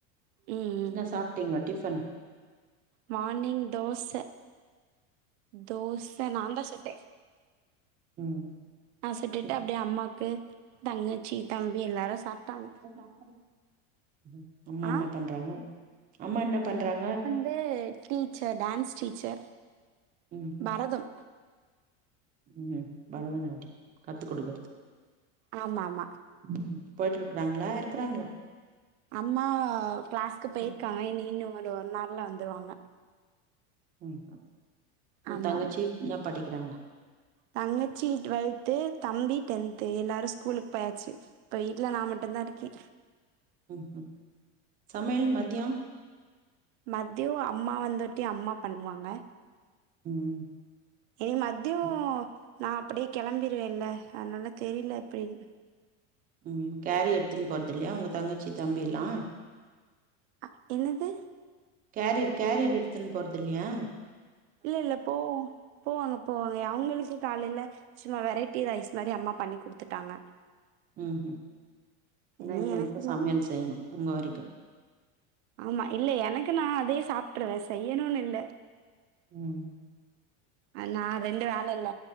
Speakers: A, on the right; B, on the right.
A: ம் ம்
B: என்ன சாப்ட்டீங்க டிஃபன்
A: மார்னிங் தோச தோச நான் தா சுட்டே
B: ம்
A: நா சுட்டுட்டு
B: ம்
A: அப்டியே அம்மாக்கு தங்கச்சீ தம்பி எல்லாரு சாப்ட்டாங்க
B: சாப்டாங்க ம் அம்மா
A: ஆ
B: என்ன பண்றாங்க அம்மா என்ன பண்றாங்க
A: தே டீச்சர் டான்ஸ் டீச்சர்
B: ம் ம்
A: பரதம்
B: ம் பரதநாட்டியம் கத்து கொடுக்றது
A: ஆமா ஆமா
B: ம் ம் போயிட்டு இருக்றாங்களா இருக்றாங்களா
A: அம்மா கிளாஸ்க்கு போயிருகாங்க
B: ம்
A: இனி இன்னு ஒரு ஒன் ஆர்ல வந்துருவாங்க
B: ம் ஆ ஊ
A: ஆமா
B: தங்கச்சி
A: ஆமா
B: இன்ன படிக்கிறாங்க
A: தங்கச்சி டுவெல்த்து தம்பி டென்த்து எல்லாரும் ஸ்கூலுக்கு போயாச்சு இப்ப வீட்ல நா மட்டுதாருக்கே
B: ம் ம் சமையல் மதியோ
A: மதியோ அம்மா வந்துட்டி அம்மா பண்ணுவாங்க
B: ம்
A: இனி மதியம்
B: அப்
A: நா அப்டி கிளம்பிருவேன்லஅத்னால தெரில எப்டின்னு
B: ம் கேரி எடுத்துனு போறது இல்லையா உங்க தங்கச்சி தம்பி எல்லா
A: அ என்னது
B: கேரிர் கேரியர் எடுத்துன்னு போறதில்லையா
A: இல்ல இல்ல போவோ போவாங்க போவாங்க அவங்களுக்கு காலைல சும்மா வெரைட்டி ரைஸ் மாரி அம்மா பண்ணி் கொடுத்துட்டாங்க
B: ம் ம் ஏன்னா
A: இனி
B: இன்னும்
A: எனக்கு
B: இப்போ
A: மட்டும்
B: சமையல் செய்யணு உங்க வரைக்கு
A: ஆமா இல்ல எனக்கு நா அதே சாப்டுருவே செய்யணுனு இல்ல
B: ம்
A: ஆ நா ரெண்டு ஆள் இல்ல